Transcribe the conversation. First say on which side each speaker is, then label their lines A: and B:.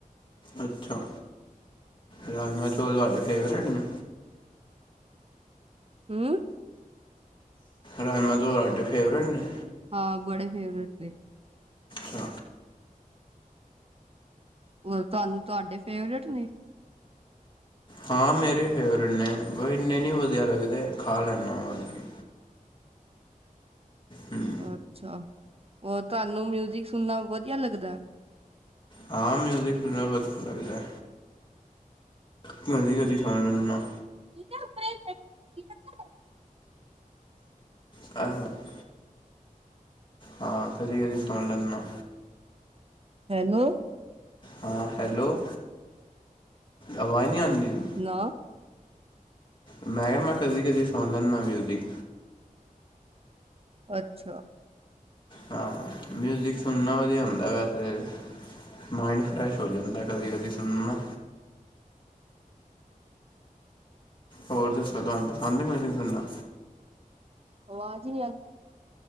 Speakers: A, on the left; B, on the right.
A: ਅੱਛਾ ਰਾਜਮਾ ਚੌਲ ਤੁਹਾਡੇ ਫੇਵਰੇਟ ਨੇ?
B: ਹੂੰ?
A: ਰਜਮਾ ਤੁਹਾਡੇ ਫੇਵਰੇਟ ਨੇ?
B: ਹਾਂ, ਬੜੇ ਫੇਵਰੇਟ ਨੇ।
A: ਛਾ।
B: ਔਰ ਤੁਹਾਨੂੰ ਤੁਹਾਡੇ ਫੇਵਰੇਟ ਨੇ?
A: ਹਾਂ, ਮੇਰੇ ਵੀ ਫੇਵਰੇਟ ਨੇ ਪ ਇੰਨੇ ਨੀ ਵਧੀਆ ਲੱਗਦੇ, ਖਾ ਲੈਂਦਾ ਵਾ ਬਾ- ਹੂੰ -ਹੂੰ।
B: ਅੱਛਾ, ਹੋਰ ਤੁਹਾਨੂੰ ਮਿਊਜਿਕ ਸੁਣਨਾ ਵਧੀਆ ਲੱਗਦਾ?
A: ਹਾਂ ਮਿਊਜ਼ਿਕ ਸੁਨਾਨਾ ਵਧੀਆ ਲੱਗਦਾ। ਕਦੀ-ਕਦੀ ਸੁਣ ਲੈਣਾਨਾ।
B: ਜਦੇ ਉ <unintelligible>
A: ਕਾਦਾ <unintelligible> ਹਾਂ ਕਦੀ- ਕਦੀ ਸੂਣ ਲੈ ਨਾ।
B: ਹੈਲੋ।
A: ਹਾਂ ਹੈਲੋ, ਆਵਾਜ਼ ਨੀ ਆਂਦੀ ਪੀ?
B: ਨਾ।
A: ਮੈਂ ਕਿਹਾ ਮੈਂ ਕਦੀ- ਕਦੀ ਸੁਣ ਲੈਂਦਾ ਮਿਊਜ਼ਿਕ।
B: ਅੱਛਾ।
A: ਹਾਂ ਮਿਊਜਿਕ ਸੁਣਨਾ ਵਧੀਆ ਹੁੰਦਾ ਵੈਸੇ। ਮਾਇੰਡ ਫਰੈਸ਼ ਹੋ ਜਾਂਦਾ ਕਦੀ- ਕਦੀ ਸੁਣ ਨਾ- ਹੋਰ ਦੱਸੋ, ਤੁਹਾਨੂੰ ਪਸੰਦ ਏ ਮਿਊਜਿਕ ਸੁਣਨਾ?
B: ਆਵਾਜ਼ ਨੀ ਆ-